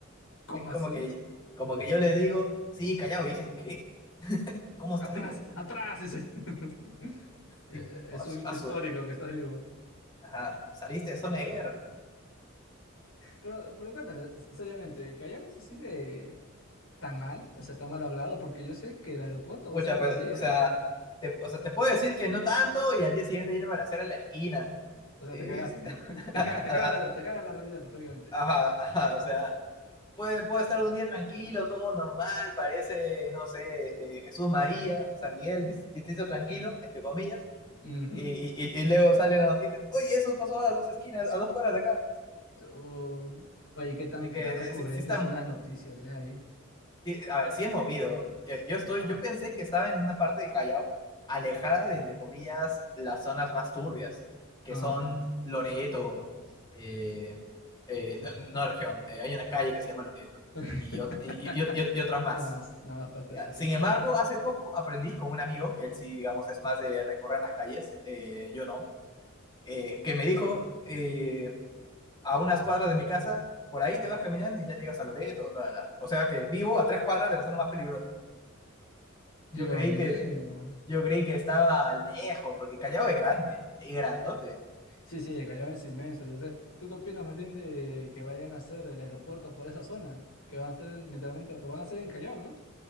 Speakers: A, on the left; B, on the left.
A: ¿Cómo
B: Es como
A: así?
B: que, como que yo les digo, sí, callado, y dicen, ¿qué? ¿Cómo está
A: Atrás,
B: vivo?
A: atrás. dice. <laughs> Eh,
B: Y,
A: Es
B: "As-
A: un hito
B: asu-
A: histórico que estás vivo.
B: ajá, saliste de zona de guerra.
A: Pero, pero cuéntame, seriamente, ¿Callao es así de tan mal? O sea, tan mal hablado, porque yo sé que el aeropuerto
B: Pucha,
A: va a ser por
B: pues,
A: ahí, ¿eh?
B: o sea, te, o sea, te puedo decir que no tanto, y al día siguiente yo no me la en la esquina.
A: O sea,
B: Eh,
A: te cagaste.
B: <laughs>
A: <laughs> Te caga, te caga la, te caga la realidad, prácticamente.
B: ajá, ajá, o sea. Puede, puede estar un día tranquilo, todo normal, parece, no sé, eh, Jesús
A: No
B: María,
A: es-
B: San Miguel, dis- distrito tranquilo, entre comillas,
A: Ujú.
B: y, y- y- y luego salen las noticias, oye, eso pasó a dos esquinas, a dos cuadras de acá.
A: Tú- Oye, ¿qué tan,
B: Así
A: qué
B: que
A: tan recurrentes
B: sí, sí está,
A: son
B: mo-
A: las noticias, eh, ahí?
B: sí, a ver, sí es movido. Eh, Yo estoy,
A: Ah,
B: yo pensé que estaba en una parte de Callao, alejada de, entre comillas, las zonas más turbias, que
A: ah.
B: son Loreto, eh, eh, no, no región, eh, hay una calle que se llama Loreto,
A: <laughs>
B: y, ot- y y- y- y otras más.
A: No más, nada más para especificar.
B: Ya. Sin embargo, hace poco aprendí con un amigo, que él sí, digamos, es más de recorrer las calles, eh, yo no, eh, que me dijo eh, a unas cuadras de mi casa, por ahí te vas caminando y ya llegas a Loreto, bla, bla, bla". O sea que vivo a tres cuadras de la zona más peligrosa.
A: Dios
B: Yo creí
A: mío.
B: que, yo creí que estaba lejos, porque Callao es grande y grandote.
A: Sí, sí, el Callao es inmenso, yo sé. ¿Tú qué opinas más bien de que vayan a hacer el aeropuerto por esa zona? Que van a hacer, literalmente, lo van a hacer en Callao, ¿no?